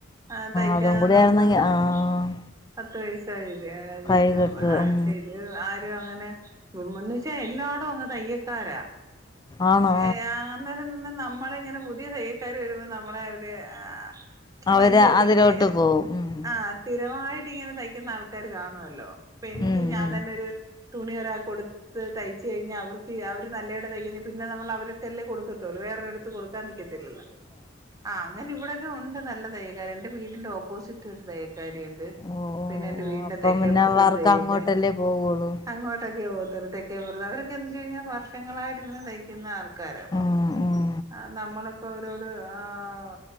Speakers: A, on the right; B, on the left.
A: ആഹ് തയ്ക്കാ
B: അതും കൂടി
A: നമ്മുക്ക്
B: ആയിരുന്നെങ്കി
A: പറ്റും
B: ആഹ്
A: പത്ത് പയിസ്സായിത് കിട്ടും
B: കൈകെട്ട്
A: ആഴച്ച
B: ഉം
A: ഇത് ആരുംഅങ്ങനെ ഉമ്മ്ന്ന്ച്ച എല്ലാടൊങ്ങ് തയ്യക്കാരാ
B: ആണോ
A: ഏആ അന്നേരംനിന്ന നമ്മളെങ്ങനെ പുതിയതയ്യക്കാര് വരുമ്പോ നമ്മളെ അവര് ആ
B: അവര്
A: മൈന്റെയ്യാത്തില്ലേ
B: അതിലോട്ട്
A: എസ്
B: പോവും ഉം
A: ആഹ് സ്ഥിരമായിട്ടിങ്ങനെ തയ്ക്കുന്ന ആൾക്കാര് കാണുവല്ലോ ഇപ്പെനിക്ക്
B: ഉം
A: ഞാൻ
B: ഉം
A: തന്നെ ഒരു തുണിയൊരാൾക്കൊട് ത്ത് തയ്ച്ച്കഴിഞ്ഞ അവർക്ക് അവര് നല്ലയിടെതയ്ക്കുന്നെ പിന്നെനമ്മള് അവർക്കല്ലേകൊട്ക്കത്തൊള്ളു വേറെര്ട് ത്ത്കൊട്ക്കാൻ നിക്കത്തില്ലല്ലോ ആഹ് അങ്ങനെ ഇവിടൊക്കെ ഒണ്ട് നല്ല തയ്യക്കാര് എന്റെ വീട്ടിന്റെ ഓപ്പോസിറ്റ് ഒരു തയ്യക്കാരി ഇണ്ട്
B: ഓ ഓ
A: പിന്നെ എന്റെ
B: ഓ
A: വീടിന്റെ
B: അപ്പം
A: തെക്കേപ്പൊറത്തൊരു
B: പിന്നെ അവർക്ക്
A: തൈയ്യക്ക
B: <unintelligible>
A: അങ്ങോട്ടൊക്കെ പോകത്തോള് തെക്കേപറത്ത് അവരൊക്കെന്ന് വെച്ച് കഴിഞ്ഞാ വർഷങ്ങളാട്ടിരുന്ന് തയിക്കുന്ന ആൾ ക്കാരാപ്പൊ
B: ഉം ഉം
A: ആ നമ്മള്പ്പോ അവരോട് ആഹ്